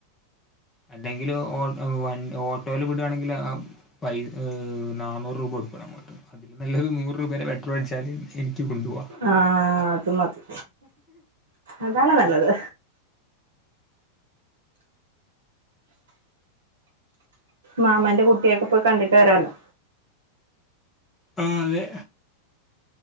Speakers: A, on the left; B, on the right.
A: അല്ലെങ്കില് ഓൾ വൻ ഓട്ടോയിൽ വിടാണെങ്കില് ആഹ് പൈ ഏഹ് നാന്നൂറ് രൂപ കൊട്ക്കണം ഞമ്മള് അതിലും നല്ലത് നൂറ് രൂപേന്റെ പെട്രോളടിച്ചാല് എനിക്ക് കൊണ്ട് പോ
B: ആഹ് അതുമതി അതാണ് നല്ലത് മാമന്റെ കുട്ട്യേക്കെ ഇപ്പൊ കണ്ടിട്ട് വരാല്ലോ
A: ആഹ് അതെ